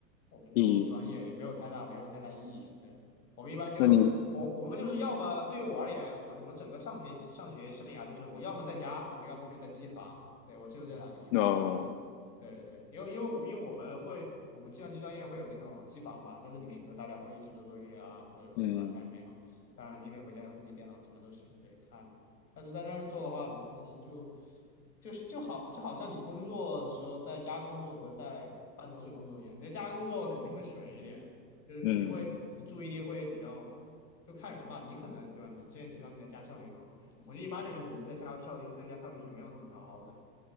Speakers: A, on the left; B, on the left.
A: 我们这种专业也没有太大，
B: 一，
A: 没有太大意义。对，我们一般就我我们就是要么对于我而言，
B: 那你
A: 我我整个上学上学生涯就是我要么在家，我要么就在机房，对，我只有这两个地方。
B: no，
A: 对对对，因为因为我因为我们会，我们计算机专业会有那种机房嘛，在这里面，比如大家会一起做作业啊，或者说对吧，
B: 嗯
A: 干什么也好。当然，你可以回家用自己电脑，什么都行，对，看嘛。但是在那儿做的话，怎么说呢？就就是就好，就好像你工作的时候在家工作和在办公室工作一样，你在家工作肯定会水一点，就是肯定会你注意力会比较，
B: 嗯，
A: 就看人吧。你可能对吧？你之前提到你在家效率高，我觉得一般的人可能在家效率在家效率是没有那么高的。